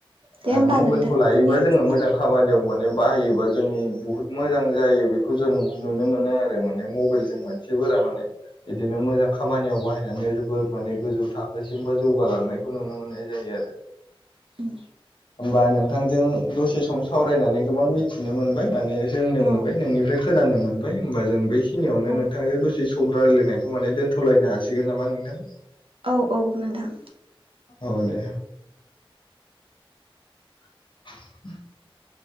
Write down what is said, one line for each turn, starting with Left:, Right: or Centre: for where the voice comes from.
Right: दे
Left: आ
Right: होमबा
Left: मबाइलखौ
Right: नोंथां
Left: लायोबा
Right: जोंनिया
Left: जोङो
Right: समा
Left: मोजां खामानियाव माने बाहायोबा जोंनि बुहुद मोजां जायो। बेखौ जों नुनो मोनो आरो माने मबाइलजों मानसिफोरा था माने इदिनो मोजां खामानियाव बाहायनानै जोबोद माने गोजौ थाखोसिम बा जौगालांनायखौ नुनो मोन मोननाय जायो आरो।
Right: उम
Left: होमबा नोंथांजों दसे सम सावरायनानै गोबां मिथिनो मोनबाय। माने रोंनो
Right: औ
Left: मोनबाय नोंनिफ्राय खो खोनानो मोनबाय होमबा जों बेखिनियावनो
Right: औ
Left: नोंथांजों दसे सम रायज्लायनायखौ माने दोनथ'लायनो हासिगोन नामा नोंथां?
Right: औ औ नोंथां।
Left: औ दे। <inaudible>